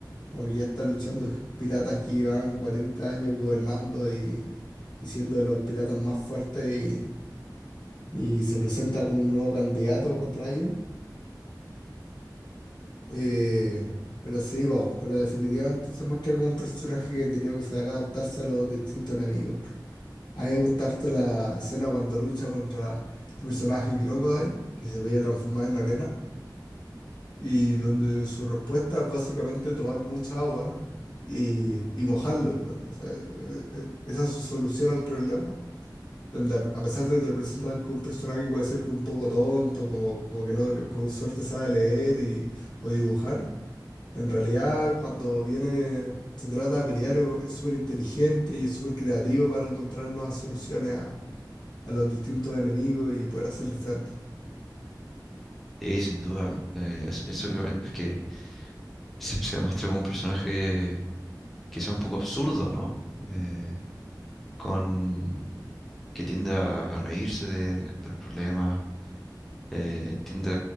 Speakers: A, on the left; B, in the centre.
A: Como que ya está luchando piratas que llevan 40 años gobernando y, y siendo de los piratas más fuertes. Y, y se presenta como un nuevo candidato contra ellos. Eh, pero sí, bueno, pero definitivamente se muestra como un personaje que tenía que saber adaptarse a los distintos enemigos. A mí me gusta harto la escena cuando lucha contra este personaje Crocodile, que se veía transformar en arena, y donde su respuesta es básicamente tomar mucha agua y, y mojarlo, el weón. Esa, eh, eh, esa es su solución al problema, donde a, a pesar de que te lo presentan como un personaje que puede ser como un poco tonto, como, como que no, que con suerte sabe leer y, o dibujar, en realidad cuando viene, se trata de pelear, es súper inteligente y es súper creativo para encontrar nuevas soluciones a a los distintos enemigos y poder hacerles frente.
B: Y sin duda, eh, es- eso que comentas que se, se demuestra como un personaje quizá un poco absurdo, ¿no? Eh, con que tiende a, a reírse de, de los problemas, eh, tiende